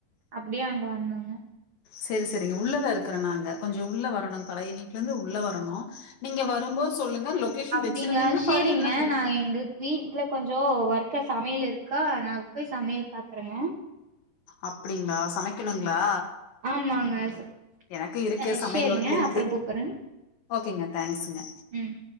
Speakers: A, on the right; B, on the left.
A: அப்டியே அங்க வந்தாங்க.
B: செரி செரிங்க உள்ளதா இருக் கருனாங்க கொஞ்ச உள்ள வரணுங் பழைய வீட்லருந்து உள்ள வரணு. நீங்க வரும்போ சொல்லுங்க. லொகேஷன்
A: அப்டிங்களா
B: வச்சிருந்தீங்கன்னா
A: சேரிங்க.
B: பாருங்க இல்லன்னா திரு
A: நா எங்கு வீட்டுல கொஞ்ச. ஜோ ஒர்க்கா சமையல் இருக்கா நாங்க போய் சமையல் பாக்குறேங்க.
B: அப்டிங்களா சமைக்கணுங்களா.
A: ஆமாங்க, ச
B: எனக்கு இருக்கு
A: அ
B: சமையல்
A: ஷேரிங்க
B: ஒர்க் இருக்கு
A: அப்பறம் கூப்பிறங்.
B: ஓகேங்க தேங்க்ஸ்ங்க
A: ம்..